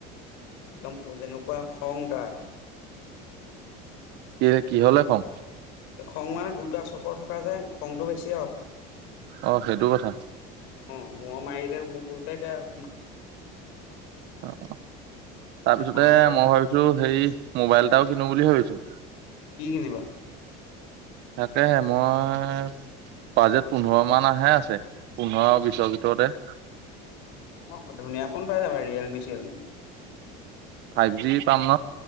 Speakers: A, on the left; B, on the right.
A: একদম যেনেকুৱা খং তাৰ।
B: কি কি হ'লে খং?
A: খং মানে দুটা চকৰ থকা যে খংটো বেছি আৰু।
B: অ সেইটো কথা।
A: ম মাৰিলে মোক উলটাকে আৰু
B: অ তাৰপিছতে
A: মাৰ ঘৰত
B: মই ভাবিছোঁ সেই মোবাইল এটাও কিনো বুলি ভাবিছোঁ।
A: কি কিনিবা?
B: তাকেহে মই বাজেট পোন্ধৰ মান আহে আছে পোন্ধৰ বিশৰ ভিতৰতে।
A: অ ধুনীয়া ফোন পাই যাবা ৰিয়েলমি চিয়েলমি।
B: ফাইভ জি পাম ন।